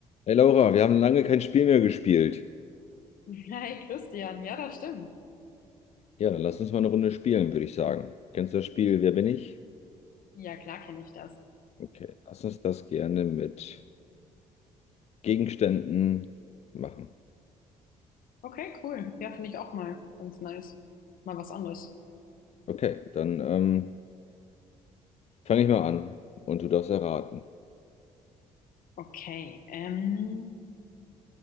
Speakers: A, on the left; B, on the left.
A: Hey Laura, wir haben lange kein Spiel mehr gespielt.
B: <laughs> Hi Christian, ja, das stimmt.
A: Ja, dann lass uns mal eine Runde spielen, würde ich sagen. Kennst du das Spiel Wer bin ich?
B: Ja, klar kenne ich das.
A: Okay, lass uns das gerne mit Gegenständen machen.
B: Okay, cool. Ja, finde ich auch mal ganz nice. Mal was anderes.
A: Okay, dann ähm, fange ich mal an und du darfst erraten.
B: Okay, ähm,